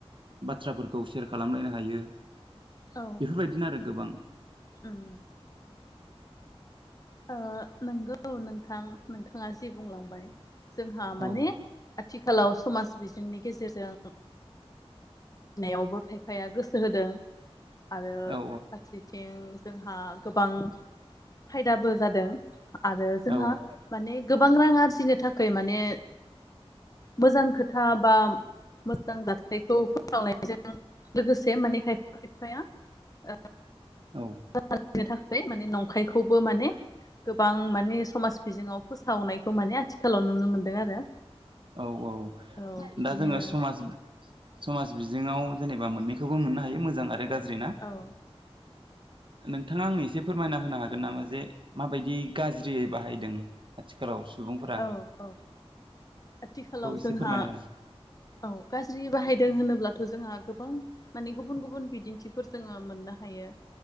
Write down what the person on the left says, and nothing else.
औ
उम ओ नोंगौ नोंथां नोंथाङा जे बुंलांबाय। जोंहा
माने आथि खालाव समाज बिजोंनि गेजेरजों नायावबो खायफाया गोसो होदों। आरो
फारसेथिं जोंहा गोबां फायदाबो जादों आरो जोंहा
माने गोबां रांआरज फिनो थाखाय माने मोजां खोथा बा मोजां जाथायखौ फोसावनायजों लोगोसे माने खायफा खायफाया ओ
<unintelligible> फ्राय माने नंखायखौबो माने गोबां माने समाज बिजोङाव फोसावनायखौ माने आथिखालाव नुनो मोनदों आरो
औ बिदिनो
औ
औ औ आथिखालाव
जोंहा
औ गाज्रि बाहायदों होनोब्लाथ' जोंहा गोबां माने गुबुन गुबुन बिदिन्थिफोर जोङो मोननो हायो